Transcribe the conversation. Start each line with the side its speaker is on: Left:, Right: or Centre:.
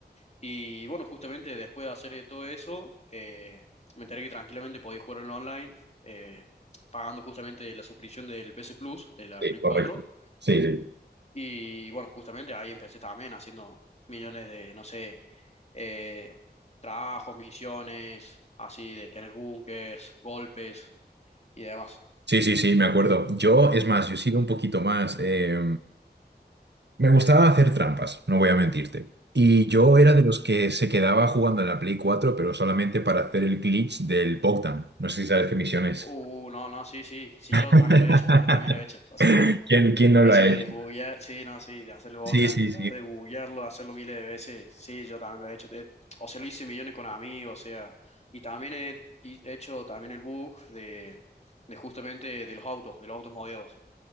Left: Y bueno, justamente después de hacer todo eso, eh, me enteré que tranquilamente podía jugar en online, eh, pagando justamente la suscripción del PS Plus, de la
Right: sí,
Left: Play 4
Right: correcto. Sí, sí.
Left: y bueno, justamente ahí empecé también haciendo millones de, no sé, eh, trabajos, misiones, así de tener búnkers, golpes y demás.
Right: Sí, sí, sí, me acuerdo. Yo, es más, yo he sido un poquito más... eh, me gustaba hacer trampas, no voy a mentirte. Y yo era de los que se quedaba jugando en la Play 4 pero solamente para hacer el glitch del Bogdan. No sé si sabes qué misión es.
Left: Uh, no, no, sí, sí, sí,
Right: <laughs>
Left: yo también lo he hecho, yo también lo he hecho. O sea,
Right: ¿Quién, quién no
Left: eso
Right: lo ha
Left: de
Right: hecho?
Left: buguear, sí, no, sí, de hacer el Bogdan,
Right: Sí, sí,
Left: de
Right: sí.
Left: buguearlo, hacerlo miles de veces, sí, yo también lo he hecho. Eh, O sea, lo hice millones con amigos, o sea, y también he he hecho también el bug de, de justamente de los autos, de los autos modeados.